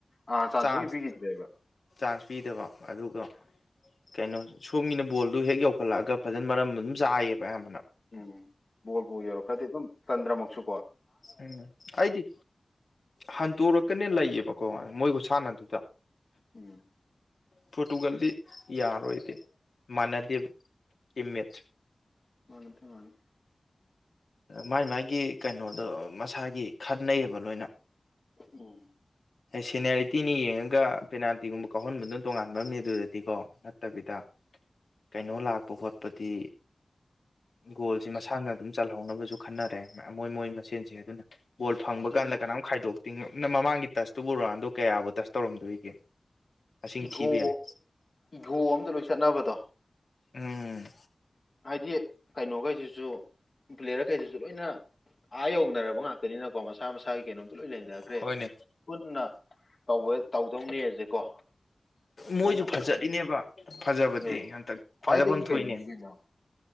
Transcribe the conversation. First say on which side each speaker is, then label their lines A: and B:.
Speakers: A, on the left (about 50°); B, on the left (about 70°).
A: ꯑꯥ ꯆꯥꯟꯁꯨ
B: ꯆꯥꯟꯁ
A: ꯄꯤꯈꯤꯗ꯭ꯔꯦꯕ
B: ꯆꯥꯟꯁ ꯄꯤꯗꯕ ꯑꯗꯨꯒ ꯀꯩꯅꯣ ꯁꯣꯝꯒꯤꯅ ꯕꯣꯜꯗꯨ ꯍꯦꯛ ꯌꯧꯈꯠꯂꯛꯑꯒ ꯐꯖꯅ ꯃꯔꯝ ꯑꯗꯨꯝ ꯆꯥꯏꯌꯦꯕ ꯑꯌꯥꯝꯕꯅ
A: ꯎꯝ ꯕꯣꯂꯕꯨ ꯌꯥꯔ ꯈꯔꯗꯤ ꯑꯗꯨꯝ ꯄꯟꯗꯔꯃꯛꯁꯨ
B: ꯎꯝ ꯑꯩꯗꯤ ꯍꯟ ꯇꯣꯔꯛ ꯀꯅꯦ ꯂꯩꯌꯦꯕꯀꯣ ꯃꯣꯏꯒ ꯁꯥꯟꯅꯗꯨꯗ
A: ꯎꯝ
B: ꯐꯣꯇꯣꯒꯗꯤ ꯌꯥꯔꯣꯏꯗꯤ ꯃꯥꯟꯅꯗꯦꯕ ꯇꯏꯝ ꯃꯦꯇꯁꯤ
A: ꯃꯅꯗꯝꯂꯤ
B: ꯃꯥꯏ ꯃꯒꯤ ꯀꯩꯅꯣꯗꯣ ꯃꯁꯥꯒꯤ ꯈꯅꯩꯑꯌꯦꯕ ꯂꯣꯏꯅ
A: ꯎꯝ
B: ꯁꯦꯅꯤꯌꯥꯔꯤꯇꯤꯅꯤ ꯌꯦꯡꯉꯒ ꯄꯦꯅꯥꯜꯇꯤꯒꯨꯝꯕ ꯀꯥꯎꯍꯟꯕꯗꯨꯝ ꯇꯣꯉꯥꯟꯕ ꯑꯃꯅꯤ ꯑꯗꯨꯗꯗꯤꯀꯣ ꯇꯕꯤꯗ ꯀꯩꯅꯣ ꯂꯥꯛꯄ ꯈꯣꯠꯄꯗꯤ ꯒꯣꯜꯁꯤ ꯃꯁꯥꯅ ꯑꯗꯨꯝ ꯆꯜꯍꯧꯅꯕꯁꯨ ꯈꯟꯅꯔꯦ ꯃꯣꯏ ꯃꯣꯏ ꯃꯁꯦꯟꯁꯦ ꯑꯗꯨꯅ ꯕꯣꯜ ꯐꯡꯕ
A: ꯀꯩꯅꯣ
B: ꯀꯥꯟꯗ ꯀꯝ ꯈꯥꯏꯗꯣꯛ ꯇꯤꯡ ꯃꯛꯅꯥ ꯃꯃꯥꯡꯒꯤ ꯇꯁꯇꯨꯕꯨꯔꯥꯟꯗꯣ ꯀꯌꯥꯕꯨ ꯇꯁ ꯇꯧꯔꯝꯗꯣꯔꯤꯒꯦ ꯃꯁꯤꯡ
A: ꯏꯒꯣ
B: ꯊꯤꯕ ꯌꯥꯏ
A: ꯏꯒꯣ ꯑꯝꯗ ꯂꯣꯏ ꯆꯠꯅꯕꯗꯣ
B: ꯎꯝ
A: ꯍꯥꯏꯗꯤ ꯀꯩꯅꯣꯈꯩꯁꯤꯁꯨ ꯄꯂꯦꯌꯔꯈꯩꯁꯤꯁꯨ ꯂꯣꯏꯅ ꯑꯥ ꯌꯧꯅꯔꯕ ꯉꯥꯛꯇꯅꯤꯅꯀꯣ ꯃꯁꯥ ꯃꯁꯥꯒꯤ ꯀꯩꯅꯣꯗꯣ ꯂꯣꯏ ꯂꯩꯅꯈ꯭ꯔꯦ
B: ꯍꯣꯏꯅꯦ
A: ꯄꯨꯟꯅ ꯇꯧꯕ ꯇꯧꯗꯧꯅꯦꯁꯦꯀꯣ
B: ꯃꯣꯏꯁꯨ
A: ꯀꯟꯅ ꯈꯟꯅꯈ꯭ꯔꯦ
B: ꯐꯖꯔꯤꯅꯦꯕ ꯐꯖꯕꯗꯤ
A: ꯑꯦ
B: ꯍꯟꯇꯛ
A: ꯈ꯭ꯋꯥꯏꯗꯒꯤ
B: ꯐꯖꯐꯝ
A: ꯀꯩꯅꯣꯅꯤ
B: ꯊꯣꯛꯏꯅꯦ
A: ꯀꯩꯅꯣ